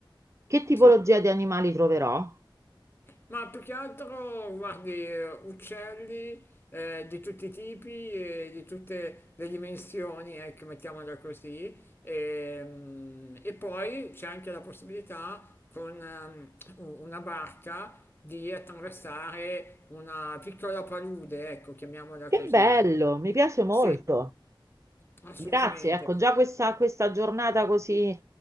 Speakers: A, on the right; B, on the left.
A: Che tipologia
B: Sì.
A: di animali troverò?
B: Ma più che altro, guardi, eh, uccelli eh, di tutti i tipi e di tutte le dimensioni, ecco, mettiamola così. E, mm, e poi c'è anche la possibilità con ehm, u- una barca di attraversare una piccola palude, ecco, chiamiamola
A: Che
B: così.
A: bello, mi piace molto.
B: Sì. Assolutamente.
A: Grazie, ecco, già questa, questa giornata così,